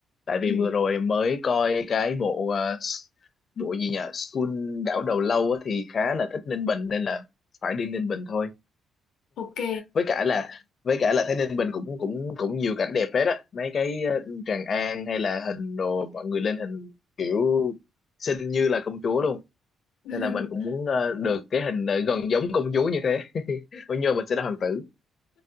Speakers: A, on the left; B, on the left.
A: Tại vì
B: Ừ,
A: vừa rồi mới coi cái bộ ờ, s- bộ gì nhỉ? School đảo đầu lâu á, thì khá là thích Ninh Bình nên là phải đi Ninh Bình thôi
B: ok.
A: với cả là với cả là thấy Ninh Bình cũng cũng cũng nhiều cảnh đẹp hết á mấy cái ờ, Tràng An hay là hình đồ mọi người lên hình kiểu xinh như là công chúa luôn
B: <laughs>
A: nên là mình cũng muốn ờ, được cái hình ờ, gần giống công chúa như thế <laughs> bao nhiêu mình sẽ là hoàng tử